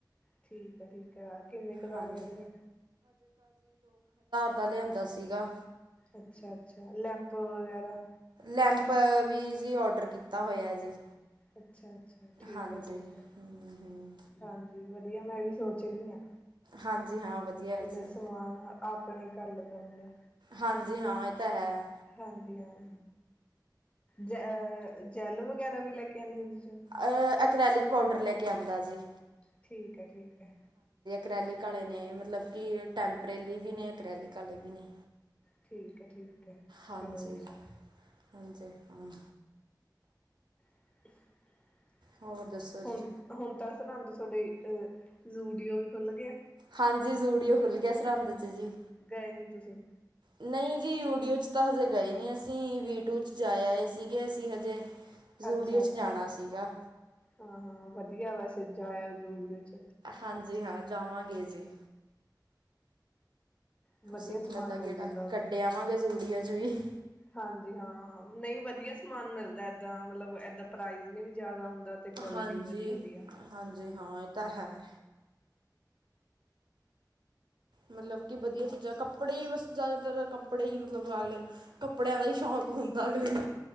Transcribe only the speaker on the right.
ਹਾਂਜੀ
ਆਪਾ ਲਿਆਂਦਾ ਸੀਗਾ।
ਲੈਂਪ ਵੀ ਜੀ ਓਡਰ ਕੀਤਾ ਹੋਇਆ ਜੀ।
ਹਾਂਜੀ
ਹੂੰ ਹੂੰ
ਹਾਂਜੀ ਹਾਂ ਵਧੀਆ ਹੈ
ਜੀ
ਹਾਂਜੀ, ਹਾਂ ਇਹ ਤਾਂ ਹੈ।
ਅ ਅਕ੍ਰਾਲਿਕ ਪਾਊਡਰ ਲੈ ਕੇ। ਕਿਆਂਦਾ ਜੀ।
ਅ੍ਰੈਲਿਕ ਵਾਲੇ ਨੇ ਮਤਲਬ ਕਿ ਟੈਂਪਰੇਰੀ ਵੀ ਨੇ ਅਕ੍ਰੇਲਿਕ ਵਾਲੇ ਵੀ ਨੇ।
ਹਾਂਜੀ
ਹਾਂਜੀ, ਹਾਂ।
ਹੋਰ ਦੱਸੋ ਜੀ
ਹਾਂਜੀ, ਜੂੜਓ ਖੁੱਲ ਗਿਆ ਸਰਹੰਦ। ਜੀ
ਨਹੀਂ ਜੀ ਜ਼ਡੀਓ ਚ ਤਾਂ ਹਜੇ ਗਏ ਨੀ ਅਸੀਂ ਵੀਟੂ ਚ ਜਾਏ ਆਏ ਸੀਗੇ ਅਸੀਂ ਹਜੇ। ਜ਼ੂਡੀਓ
'ਚ
ਜਾਣਾ ਸੀਗਾ
ਹਾਂਜੀ, ਹਾਂ। ਜਾਵਾਂਗੇ ਜੀ।
ਸਿਕਮਤ
ਦਾ
ਗੇੜਾ
ਕੱਢਿਆਵਾਂਗੇ ਜੋੜਿਓ <unintelligible>
ਹਾਂਜੀ,
ਹਾਂਜੀ ਹਾਂ ਇਹ ਤਾਂ ਹੈ। ਮਤਲਬ ਕਿ ਵਧੀਆ ਚੀਜ਼ਾਂ, ਕੱਪੜੇ ਹੀ ਬਸ ਜ਼ਿਆਦਾਤਰ ਕੱਪੜੇ ਹੀ ਮਤਲਬ ਅਗਲੇ ਕੱਪੜਿਆਂ ਦਾ ਹੀ ਸ਼ੌਂਕ ਹੁੰਦਾ ਅਗਲੇ ਨੂੰ।